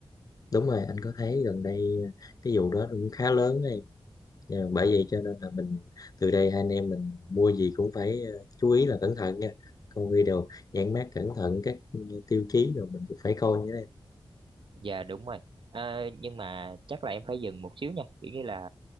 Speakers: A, on the left; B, on the right.
A: đúng rồi anh có thấy gần đây ờ, cái vụ đó cũng khá lớn đấy Nhờ- bởi vậy cho nên là mình từ đây hai anh em mình mua gì cũng phải ờ, chú ý là cẩn thận nha coi video nhãn mác cẩn thận các ừ, tiêu chí rồi mình cũng phải coi nhé em
B: dạ đúng rồi à, nhưng mà chắc là em phải dừng một xíu nha kiểu như là